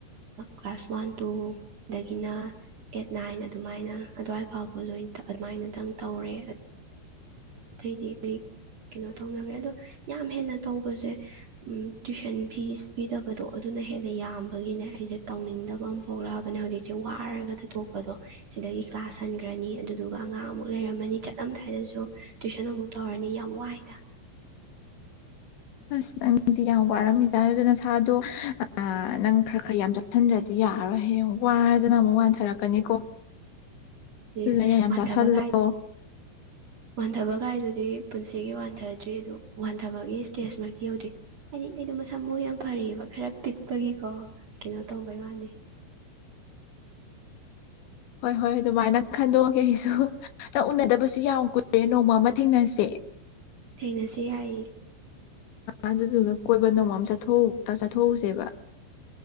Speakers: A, on the right (about 45°); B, on the left (about 70°).
A: ꯀ꯭ꯂꯥꯁ ꯋꯥꯟ ꯇꯨ ꯗꯗꯒꯤꯅ ꯑꯦꯠ ꯅꯥꯏꯟ ꯑꯗꯨꯃꯥꯏꯅ ꯑꯗꯨꯋꯥꯏ ꯐꯥꯎꯕ ꯂꯣꯏ ꯑꯗꯨꯃꯥꯏꯅꯗꯪ ꯇꯧꯔꯦ ꯑꯇꯩꯗꯤ ꯑꯩꯈꯣꯏ ꯀꯩꯅꯣ ꯇꯧꯅꯈ꯭ꯔꯦ ꯑꯗꯣ ꯌꯥꯝ ꯍꯦꯟꯅ ꯇꯧꯕꯁꯦ ꯇꯨꯏꯁꯟ ꯐꯤꯁ ꯄꯤꯗꯕꯗꯣ ꯑꯗꯨꯅ ꯍꯦꯟꯅ ꯌꯥꯝꯕꯒꯤꯅꯦ ꯑꯩꯁꯦ ꯇꯧꯅꯤꯡꯗꯕ ꯑꯃ ꯄꯣꯛꯂꯛꯑꯕꯅꯦ ꯍꯧꯖꯤꯛꯁꯦ ꯋꯥꯔꯒ ꯊ ꯊꯣꯛꯣꯛꯄꯗꯣ ꯁꯤꯗꯒꯤ ꯀ꯭ꯂꯥꯁ ꯍꯟꯈ꯭ꯔꯅꯤ ꯑꯗꯨꯗꯨꯒ ꯑꯉꯥꯡ ꯑꯃꯨꯛ ꯂꯩꯔꯝꯃꯅꯤ ꯆꯠꯂꯝꯗꯥꯏꯗꯁꯨ ꯇꯨꯏꯁꯟ ꯑꯃꯨꯛ ꯇꯧꯔꯅꯤ ꯌꯥꯝ ꯋꯥꯏꯗ
B: ꯑꯁ ꯅꯪꯗꯤ ꯌꯥꯝ ꯋꯥꯔꯝꯃꯤꯖ ꯑꯗꯨꯗ ꯅꯁꯥꯗꯣ ꯅꯪ ꯈꯔ ꯈꯔ ꯌꯥꯝ ꯆꯠꯁꯤꯟꯗ꯭ꯔꯗꯤ ꯌꯥꯔꯔꯣꯏ ꯍꯌꯦꯡ ꯋꯥꯗꯅ ꯑꯃꯨꯛ ꯋꯥꯟꯊꯔꯛꯀꯅꯤꯀꯣ
A: ꯌꯦꯁ
B: ꯑꯗꯨꯅ ꯌꯥꯝ ꯌꯥꯝ
A: ꯃꯇꯕꯒꯥꯏ
B: ꯆꯥꯁꯤꯜꯂꯣ
A: ꯋꯥꯟꯊꯕ ꯀꯥꯏꯗꯨꯗꯤ ꯄꯨꯟꯁꯤꯒꯤ ꯋꯥꯟꯊꯗ꯭ꯔꯤ ꯑꯗꯨ ꯋꯥꯟꯊꯕꯒꯤ ꯏꯁꯇꯦꯖꯃꯛꯇꯤ ꯌꯧꯗ꯭ꯔꯤ ꯍꯥꯏꯗꯤ ꯑꯩꯗꯣ ꯃꯁꯥ ꯃꯎ ꯌꯥꯝ ꯐꯔꯤꯑꯕ ꯈꯔ ꯄꯤꯛꯄꯒꯤꯀꯣ ꯀꯩꯅꯣ ꯇꯧꯕꯩ ꯋꯥꯅꯤ
B: ꯍꯣꯏ ꯍꯣꯏ ꯑꯗꯨꯃꯥꯏꯅ ꯈꯟꯗꯣꯛꯑꯒꯦ ꯑꯩꯁꯨ ꯅꯪ ꯎꯅꯗꯕꯁꯨ ꯌꯥꯝ ꯀꯨꯏꯔꯦ ꯅꯣꯡꯃ ꯑꯃ ꯊꯦꯡꯅꯁꯦ
A: ꯊꯦꯡꯅꯁꯦ ꯌꯥꯏꯌꯦ
B: ꯑꯗꯨꯗꯨꯒ ꯀꯣꯏꯕ ꯅꯣꯡꯃ ꯆꯠꯊ ꯆꯠꯊꯣꯛꯎꯁꯦꯕ